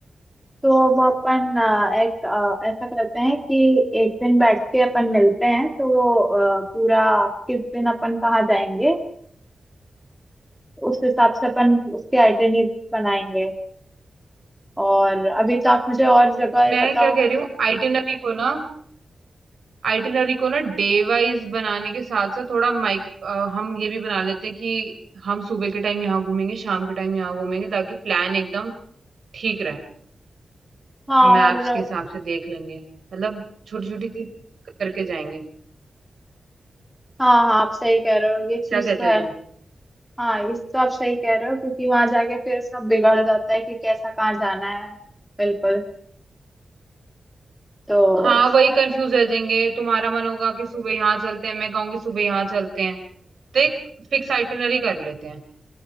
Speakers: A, in the centre; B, on the right.
A: तो अब अपन अ, एक अ, ऐसा करते हैं कि एक दिन बैठ के अपन मिलते हैं तो वो अ, पूरा किस दिन अपन कहाँ जाएंगे उस हिसाब से अपन उसके आइटनरी बनाएंगे और अभी तो आप मुझे और जगह ये
B: मैं
A: बताओ
B: क्या कह रही हूँ आइटिनरी को ना आइटिनरी को ना डे वाइज बनाने के साथ साथ थोड़ा माइक हम ये भी बना लेते हैं कि हम सुबह के टाइम यहाँ घूमेंगे शाम के टाइम यहाँ घूमेंगे ताकि प्लान एकदम ठीक रहे
A: हाँ
B: मैप्स
A: और हाँ
B: के हिसाब से देख लेंगे मतलब छोटी छोटी सी करके जाएंगे
A: हाँ आप सही कह रहे हो ये चीज़
B: क्या कहते
A: तो है
B: हो तुम
A: हाँ इस तो आप सही कह रहे हो क्योंकि वहां जाके फिर सब बिगड़ जाता है कि कैसा कहाँ जाना है बिल्कुल तो
B: हाँ वही
A: और
B: कंफ्यूज रह जाएंगे तुम्हारा मन होगा कि सुबह यहाँ चलते हैं मैं कहूंगी सुबह यहाँ चलते हैं तो एक फिक्स आइटिनरी कर लेते हैं